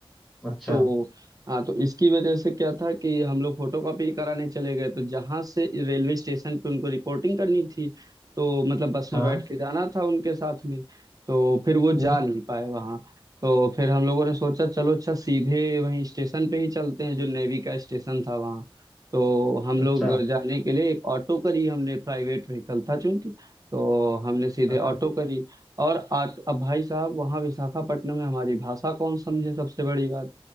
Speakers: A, in the centre; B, on the right.
A: अच्छा
B: तो हाँ तो इसकी वजह से क्या था कि हम लोग फोटोकॉपी कराने चले गए तो जहां से रेलवे स्टेशन पे उनको रिपोर्टिंग करनी थी तो मतलब बस
A: हाँ
B: में बैठ के जाना था उनके साथ में तो फिर वो जा
A: हम्म
B: नहीं पाए वहां तो फिर हम लोगों ने सोचा चलो अच्छा सीधे वहीं स्टेशन पे ही चलते हैं जो नेवी का स्टेशन था वहाँ तो हम
A: अच्छा
B: लोग जाने के लिए एक ऑटो करी हमने प्राइवेट व्हीकल था चूंकि तो हमने सीधे
A: हाँ
B: ऑटो करी और आट, अब भाई साहब वहाँ विशाखापट्टनम में हमारी भाषा कौन समझे सबसे बड़ी बात